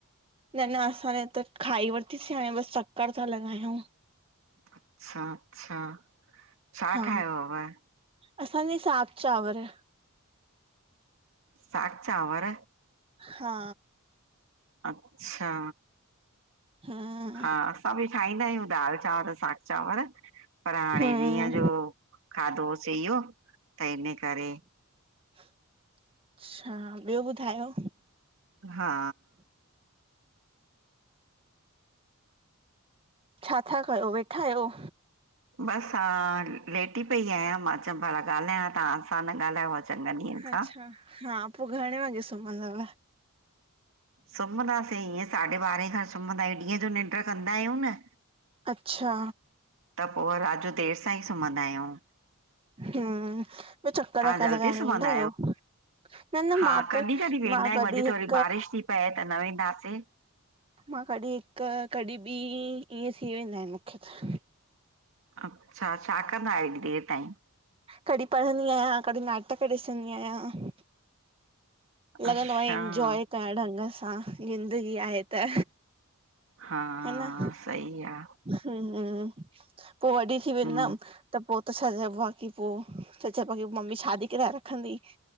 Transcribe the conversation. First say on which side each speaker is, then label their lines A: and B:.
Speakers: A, on the right; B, on the right.
A: न न असां न त खाई वरितीसीं हाणे बसि चक्कर ता लॻायूं।
B: अच्छा- अच्छा। छा
A: हा,
B: ठाहियो हुयव?
A: असांजे साॻ चांवर।
B: साॻ चांवर?
A: हा।
B: अच्छा!
A: हं!
B: हा, असां बि ठाहींदा आहियूं दाल चांवर, साॻ चांवर। पर हाणे
A: हम्म
B: ॾींहं जो खाधोसें इहो त इन करे,
A: अच्छा, ॿियो ॿुधायो?
B: हा!
A: छा था कयो, वेठा आहियो?
B: बसि हा, लेटी पई आहियां, मां चयमि भला ॻाल्हायां, तां आ सां न ॻाल्हायो। चङनि ॾींहंनि
A: अच्छा,
B: खां
A: हा पो घणे वॻे सुमंदव?
B: सुम्हंदासीं ईअं साढे ॿारहें खन सुम्हंदा आहियूं, ॾींहं जो निंड कंदा आहियूं न।
A: अच्छा।
B: त पो रात जो देरि सां ई सुम्हंदा आहियूं।
A: हम्म- ॿियो चक्कर
B: तव्हां
A: -वक्कर
B: जल्दी
A: लॻाइणु
B: सुम्हंदा
A: वेंदा आहियो? न -न
B: हा
A: मां त
B: कॾहिं कॾहिं वेंदा
A: मां
B: आहियूं
A: कॾीं
B: अॼु
A: हिक
B: त वरी बारिश थी पए त न वेंदासें,
A: मां कॾीं हिक कॾीं ॿीं इअं थी वेंदा आहिनि मूंखे त।
B: अच्छा! छा कंदा आहियो हेॾी देरि ताईं?
A: कॾीं पढ़ंदी आहियां, कॾीं नाटक ॾिसंदी आहियां। लॻंदो
B: अच्छा
A: आ इंजॉय कयां ढंग सां ज़िंदगी आहे त
B: हा
A: ह न
B: सही आ
A: हम्म, पो वॾी थी वेंदम
B: हम्म
A: त पो त छा चइबो आ की पो, छा चइबो आ की मम्मी शादी कराए रखंदी